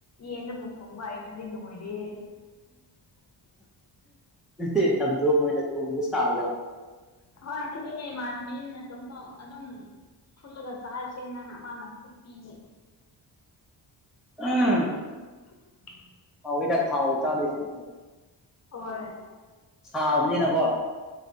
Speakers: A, on the left (about 35°); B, in the centre.
A: ꯌꯦꯅ ꯄꯨ ꯊꯣꯡꯕ ꯍꯥꯏꯇꯗꯤ ꯅꯣꯏꯔꯦ
B: <unintelligible> ꯃꯣꯏ ꯑꯣꯏꯅ ꯊꯣꯡꯕꯥꯎꯔ
A: ꯍꯣꯏ ꯃꯥꯅꯤ ꯅ ꯁꯝ ꯑꯗꯨꯝ ꯐꯨꯠꯂꯒ ꯆꯥꯔꯁꯦꯅ ꯃꯥꯅ ꯐꯨꯠꯄꯤꯌꯦ
B: ꯎꯝ
A: <unintelligible>
B: ꯑꯥꯎ ꯏ ꯇ ꯈꯥꯎꯑꯣ ꯆꯥꯗꯁꯨ
A: ꯑꯣꯏ
B: ꯁꯥꯕꯅꯤꯅꯀꯣ